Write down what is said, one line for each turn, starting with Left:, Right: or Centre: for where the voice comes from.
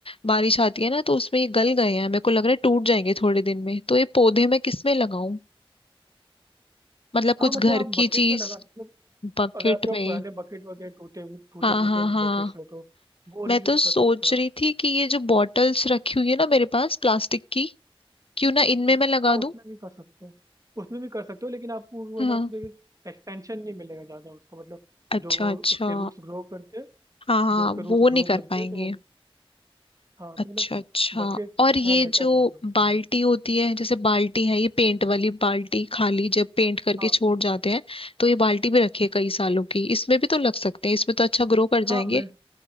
Left: बारिश आती है ना तो उसमें ये गल गए हैं मेरे को लग रहा है टूट जाएंगे थोड़े दिन में तो ये पौधे मैं किसमें लगाऊं मतलब कुछ
Right: हाँ मतलब
Left: घर
Right: आप
Left: की
Right: बकेट
Left: चीज
Right: में लगा सकते हो
Left: बकेट
Right: अगर आपके
Left: में
Right: पास पुराने बकेट वगैरह टूटे हुए- टूटे
Left: हाँ
Right: फूटे
Left: हाँ हाँ
Right: बकेट्स हो तो वो
Left: मैं
Right: रीयूज
Left: तो सोच
Right: कर सकते हो
Left: रही
Right: आप
Left: थी कि ये जो बॉटल्स रखी हुई है ना मेरे पास प्लास्टिक की क्यों ना इनमें मैं लगा
Right: हाँ उसमें
Left: दूं
Right: भी कर सकते हैं उसमें भी कर सकते हो लेकिन आपको वो
Left: हाँ
Right: है ना उसमें एक्सपेंशन नहीं मिलेगा ज़्यादा उसको मतलब
Left: अच्छा
Right: जो वो
Left: अच्छा
Right: उसके रूट्स ग्रो करते हैं
Left: हाँ हाँ
Right: जो उसके रूट्स
Left: वो नहीं
Right: ग्रो
Left: कर
Right: करते
Left: पाएंगे
Right: हैं तो वो हाँ
Left: अच्छा
Right: तो मतलब
Left: अच्छा
Right: बकेट
Left: और
Right: ठीक
Left: ये
Right: थोड़ा बेटर
Left: जो
Right: रहेगा उसके
Left: बाल्टी
Right: लिए
Left: होती है जैसे बाल्टी है ये पेंट वाली बाल्टी खाली जब पेंट करके
Right: हाँ
Left: छोड़ जाते हैं तो ये बाल्टी भी रखिए कई सालों की इसमें भी तो लग सकते हैं इसमें तो अच्छा ग्रो कर
Right: हाँ
Left: जाएंगे
Right: मैं